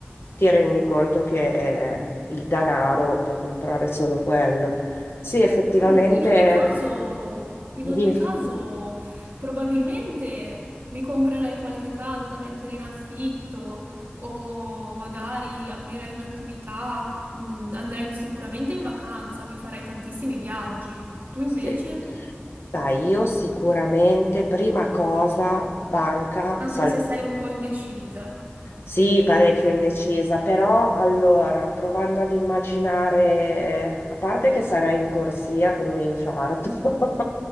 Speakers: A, on the left; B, on the right.
A: ti rendi conto che eh, il denaro può comprare solo quello. Sì, effettivamente,
B: Mm, in ogni caso, in ogni
A: di-
B: caso, probabilmente mi comprerei qualche casa da mettere in affitto o magari aprirei un'attività, mm, andrei sicuramente in vacanza, mi farei tantissimi viaggi. Tu invece,
A: sì. Dai, io sicuramente prima cosa, banca,
B: anche
A: salvo.
B: se sei un po' indecisa.
A: Sì, parecchio indecisa, però allora, provando ad immaginare, a parte che sarai in corsia con un infarto, <laughs>